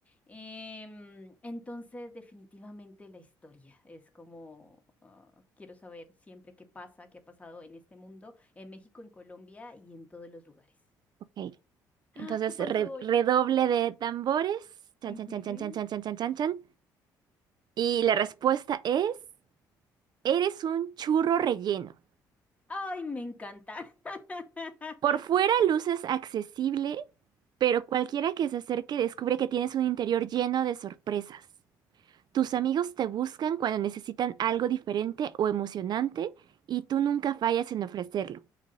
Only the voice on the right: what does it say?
Ok.
Entonces,
re-
redoble de tambores. Chan,
chan, chan, chan, chan, chan, chan, chan, chan, chan. Y la respuesta es, eres un churro relleno.
Por fuera luces accesible, pero cualquiera que se acerque descubre que tienes un interior lleno de sorpresas. Tus amigos te buscan cuando necesitan algo diferente o emocionante y tú nunca fallas en ofrecerlo.